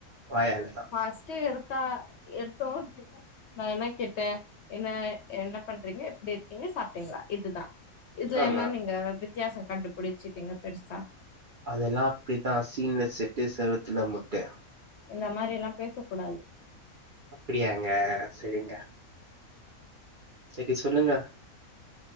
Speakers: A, on the right; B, on the left.
A: வாயால தா
B: ஃபர்ஸ்ட் எடுத்தா எடுத்தோ <inaudible> நா என்ன கேட்டே என்ன என்ன பண்றீங்க எப்டி இருக்கீங்க சாப்ட்டீங்ளா இதுதா இதுல
A: ஆமா
B: என்ன நீங்க வித்தியாசோ கண்டுபிடிச்சிட்டீங்க பெருசா
A: அதெல்லா அப்டிதா சீன்ல செட்டு செவத்துல முட்டு
B: இந்த மாரில்லா பேசக்கூடாது
A: அப்படியாங்க செரிங்க செரி சொல்லுங்க